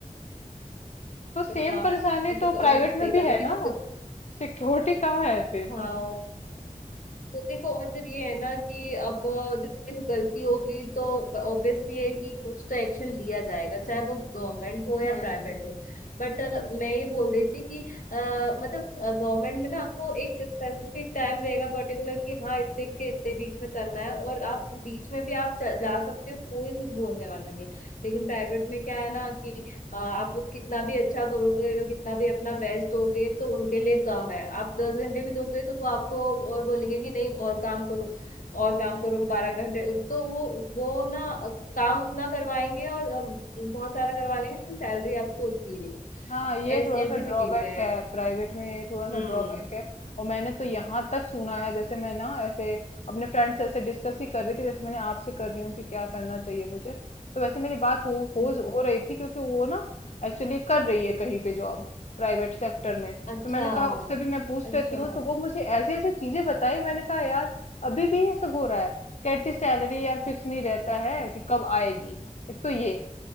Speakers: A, on the left; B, on the left.
A: तो सेम
B: हाँ
A: परेशानी
B: ये
A: तो
B: तो
A: प्राइवेट
B: ये तो सही
A: में भी
B: बात
A: है
B: है
A: ना
B: देखो
A: सिक्योरिटी कहाँ है फिर
B: हाँ तो देखो मतलब ये है ना कि अब देखो गलती होगी तो ऑब्वियसली है कि कुछ तो एक्शन लिया जाएगा चाहे वो गवर्नमेंट हो
A: हम्म
B: या प्राइवेट हो बट मैं ये बोल रही थी कि अ, मतलब गवर्नमेंट में ना आपको एक स्पेसिफिक टाइम रहेगा पर्टिकुलर कि हाँ इतने के इतने बीच में करना है और आप बीच में भी आप जा, जा सकते हो कोई कुछ बोलने वाला नहीं लेकिन प्राइवेट में क्या है ना कि हाँ, आप कितना भी अच्छा करोगे कितना भी अपना बेस्ट दोगे तो उनके लिए कम है आप दस घंटे भी दोगे तो वो आपको और बोलेंगे कि नहीं और काम करो और काम करो बारह घंटे तो वो वो ना काम उतना करवाएंगे और अ, बहुत सारा करवा लेंगे लेकिन सैलरी आपको उतनी नहीं
A: हाँ ये
B: ऐस,
A: थोड़ा
B: ऐसी
A: सा ड्रॉबैक
B: भी चीजें हैं
A: है प्राइवेट में ये थोड़ा सा
B: हम्म
A: ड्रॉबैक है और मैंने तो यहाँ तक सुना है जैसे मैं ना ऐसे अपने फ्रेंड से ऐसे डिस्कस ही कर रही थी जैसे मैंने आपसे कर रही हूँ कि क्या करना चाहिए मुझे तो वैसे मेरी बात हो हो
B: हम्म,
A: हो रही थी क्योंकि वो ना एक्चुअली कर रही है कहीं पे जॉब प्राइवेट सेक्टर में
B: अच्छा
A: तो मैंने कहा उससे भी मैं पूछ
B: अच्छा
A: लेती हूँ तो वो मुझे ऐसी ऐसी चीजें बताई मैंने कहा यार अभी भी ये सब हो रहा है कहती सैलरी यार फिक्स नहीं रहता है कि कब आएगी एक तो ये